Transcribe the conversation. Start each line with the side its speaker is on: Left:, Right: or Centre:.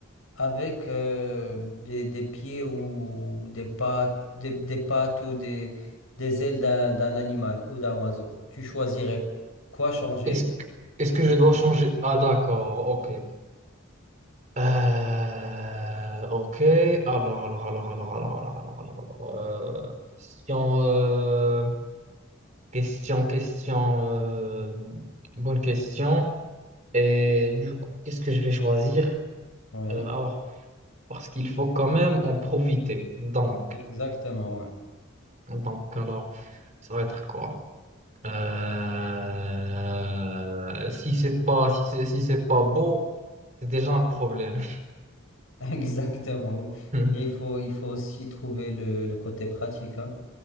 Left: avec euh, des, des pieds ou des pattes, des, des pattes ou des, des ailes d'un d'un animal ou d'un oiseau. Tu choisirais quoi changer
Right: Est-ce que, est-ce
Left: et
Right: que
Left: quel
Right: je dois
Left: animal.
Right: changer? Ah d'accord, ok. Euh, ok, alors, alors, alors, alors, alors, alors, alors, alors, alors, euh, question, euh, question, question, euh, bonne question. Et du coup, qu'est-ce que je vais choisir?
Left: Oui,
Right: Euh, alors, parce qu'il faut quand même en profiter. Donc,
Left: exactement. ouais.
Right: donc, alors, ça va être quoi? Euh, si c'est pas, si c'est si c'est pas beau, c'est déjà un problème.
Left: <laughs> Exactement, oui.
Right: <laughs>
Left: Mais il faut, il faut aussi trouver le, le côté pratique. hein.